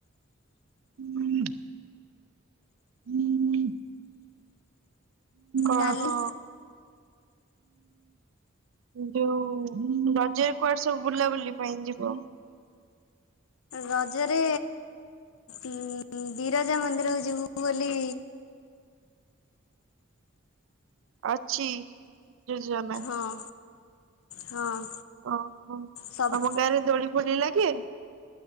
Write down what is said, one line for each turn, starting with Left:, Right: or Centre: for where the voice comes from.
Right: ହୁଁ ହୁଁ ଅଁ
Left: କାଲି
Right: ହଁ। ଯୋଉ ରଜରେ କୁଆଡେ ସବୁ ବୁଲାବୁଲି ପାଇଁ ଯିବ?
Left: ରଜରେ ଉଁ ବିରଜା ମନ୍ଦିରକୁ ଯିବୁ ବୋଲି
Right: ଅଛିି ଯୋଜନା।
Left: ହଁ ହଁ।
Right: ଓହୋ।
Left: ସବୁ
Right: ତମ ଗାଁ ରେ ଦୋଳି ଫୋଳି ଲାଗେ?